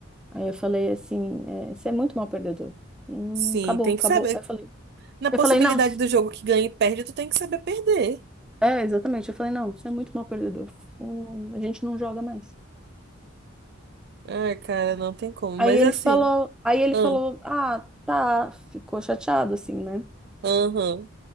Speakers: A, in the centre; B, on the right.
A: Aí eu falei assim, é, você é muito mal perdedor. Hum,
B: Sim,
A: acabou,
B: tem
A: acabou.
B: que saber.
A: Aí eu falei,
B: Na
A: eu
B: possibilidade
A: falei, não,
B: do jogo que ganha e perde, tu tem que saber perder.
A: é, exatamente. Eu falei, não, você é muito mal perdedor. Hum, a gente não joga mais.
B: Ai, cara, não tem como. Mas
A: Aí ele
B: assim.
A: falou, aí ele
B: Aham.
A: falou, ah, tá, ficou chateado assim, né?
B: Aham.